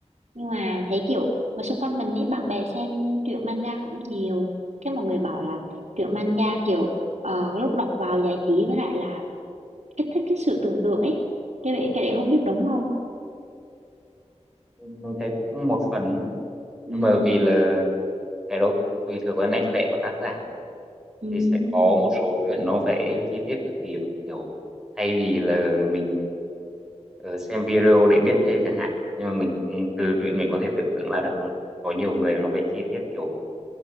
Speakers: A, on the right; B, in the centre.
A: Nhưng mà thấy kiểu mà xung quanh mình ấy bạn bè xem truyện manga cũng nhiều. Cái mọi người bảo là truyện manga kiểu ờ, lúc đọc vào giải trí với lại là kích thích cái sự tưởng tượng ấy cái đấy cái đấy không biết đúng không
B: mình thấy cũng một phần ấy.
A: ừ
B: nhưng mà vì là cái đó tùy thuộc vào nét vẽ của tác giả
A: ừ
B: thì sẽ có một số truyện nó vẽ chi tiết cực kỳ luôn kiểu thay vì là mình ờ, xem video để biết thêm chẳng hạn nhưng mà mình ừ, từ truyện mình có thể tưởng tượng ra được luôn có nhiều người nó vẽ chi tiết kiểu